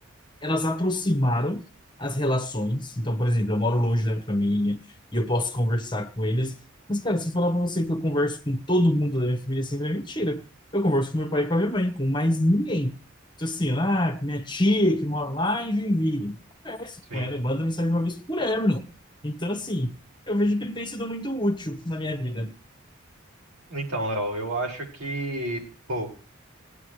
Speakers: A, on the left; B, on the right.
A: elas aproximaram as relações. Então, por exemplo, eu moro longe da minha família e eu posso conversar com eles. Mas, cara, se eu falar pra você que eu converso com todo mundo da minha família, sempre é mentira. Eu converso com meu pai e com a minha mãe, com mais ninguém. Então, assim, ah, minha tia que mora lá em Joinville. Converso
B: Sim.
A: com ela, eu mando mensagem uma vez por ano. Então, assim, eu vejo que ele tem sido muito útil na minha vida.
B: Então, Léo, eu acho que, pô,